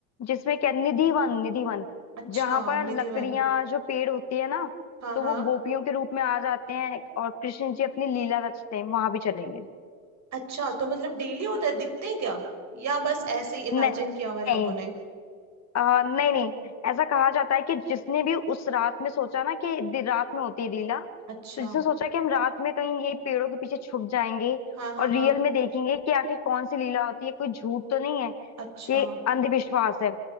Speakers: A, on the left; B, on the right.
A: जिसमें क्या निधि वन निधि वन
B: अच्छा
A: जहां पर
B: निधिवन
A: लकड़ियां जो पेड़ होती है ना
B: हाँ
A: तो
B: हाँ
A: वो गोपियों के रूप में आ जाते हैं और कृष्ण जी अपनी लीला रचते हैं वहां भी चलेंगे
B: अच्छा तो मतलब डेली होता है दिखते हैं क्या या बस ऐसे ही इमेजिन
A: नहीं
B: किया हुआ है लोगों
A: नहीं
B: ने
A: अ, नहीं नहीं ऐसा कहा जाता है कि जिसने भी उस रात में सोचा ना कि दि- रात में होती है लीला
B: अच्छा
A: तो जिसने सोचा कि हम रात में कहीं ये पेड़ों के पीछे छुप जाएंगे
B: हाँ हाँ
A: और
B: हाँ
A: रियल में देखेंगे कि आखिर कौन सी लीला होती है कोई झूठ तो नहीं है
B: अच्छा
A: कि अंधविश्वास है